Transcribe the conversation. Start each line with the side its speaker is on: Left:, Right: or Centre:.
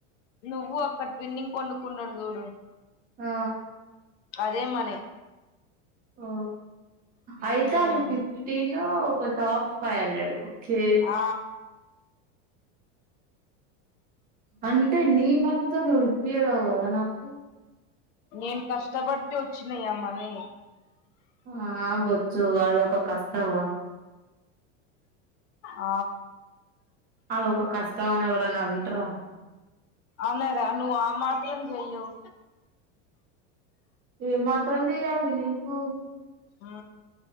Left: నువ్వు అక్క ట్విన్నింగ్ కొనుకున్నరు చూడు
Right: ఆ
Left: అదే మనీ
Right: ఓ అయితే
Left: ఉమ్
Right: అది ఫిఫ్టీను ఒక టాప్ ఫైవ్ హండ్రెడ్ ఓకే
Left: ఆ
Right: అంటే నీ మనితో నువ్వు ఇప్పియలేవు కదా నాకు
Left: నేను కష్టపడితే వచ్చినయామనీ
Right: ఆ బొచ్చు అదొక కష్టం
Left: ఆ
Right: అదొ ఒక కష్టం అని ఎవరన్నంట్రా
Left: అనర ను ఆ మాత్రం జెయ్యవ్
Right: ఏ మాత్రం జెయ్య నేన్ నీకు
Left: ఆ